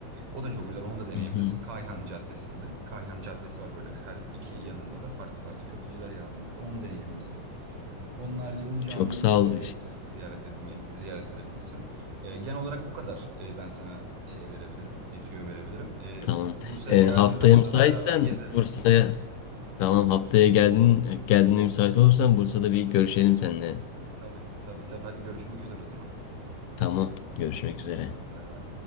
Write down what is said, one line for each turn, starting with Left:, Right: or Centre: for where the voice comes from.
Right: O da çok güzel. Onu da deneyebilirsin.
Left: Hı hı.
Right: Kayhan Caddesi'nde. Kayhan Caddesi var böyle her iki yanında da farklı farklı köfteciler yer almakta. Onu deneyebilirsin. Onun harici Ulu Cami'yi
Left: Çok sağ
Right: kesinlikle
Left: ol.
Right: ziyaret etme ziyaret edebilirsin. Ee, genel olarak bu kadar e, ben sana şey verebilirim, yetiyor verebilirim. Ee,
Left: Tamam.
Right: Bursa'ya
Left: E,
Right: geldiğiniz
Left: haftaya
Right: zamanlarda
Left: müsaitsen
Right: da beraber gezeriz.
Left: Bursa'ya tamam
Right: Tabii.
Left: haftaya geldin geldiğinde müsait olursan Bursa'da bir görüşelim seninle.
Right: Tabii, tabii, tabii. Hadi görüşmek üzere o zaman.
Left: Tamam. Görüşmek üzere.
Right: Bay bay.